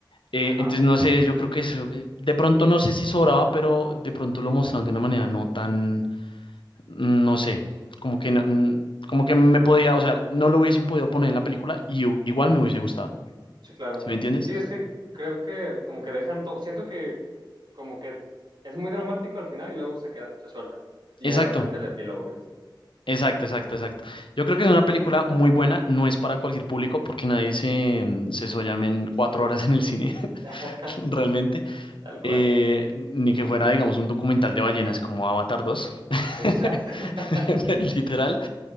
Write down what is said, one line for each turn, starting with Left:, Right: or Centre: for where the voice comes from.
Left: Eh,
Right: ajá,
Left: entonces no sé, yo creo que eso, eh, de pronto no sé si sobraba, pero de pronto lo mostraron de una manera no tan, mm, no sé, como que, no- mm, como que me podía, o sea, no lo hubiesen podido poner en la película y u- igual me hubiese gustado,
Right: sí, claro.
Left: ¿sí me entiendes?
Right: Sí, es que creo que como que dejan todo, siento que como que es muy dramático al final y luego se queda, se suelta. Y
Left: Exacto.
Right: ya de repente el epílogo dices,
Left: Exacto,
Right: a ver,
Left: exacto, exacto. Yo creo que es una película muy buena, no es para cualquier público porque nadie se,
Right: exacto.
Left: mm, se sollame en cuatro horas en el cine,
Right: <laughs>
Left: <laughs> realmente.
Right: Tal cual.
Left: Eh, ni que fuera, digamos, un documental de ballenas como Avatar dos <laughs>
Right: Exacto. <laughs>
Left: literal.